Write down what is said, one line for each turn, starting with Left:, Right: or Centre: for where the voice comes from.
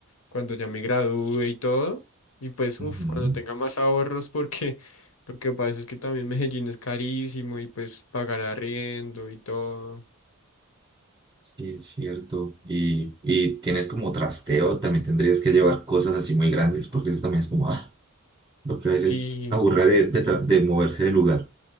Left: cuando ya me gradúe y todo, y pues, uff,
Right: Ujú.
Left: cuando tenga más ahorros, porque <laughs> lo que pasa es que también Medellín es carísimo y pues pagar arriendo y todo.
Right: Sí, es cierto. Y, y tienes como trasteo, también tendrías que llevar cosas así muy grandes, porque eso también es como, ah, lo que a veces
Left: Sí,
Right: aburre de, de, tra- de moverse de lugar.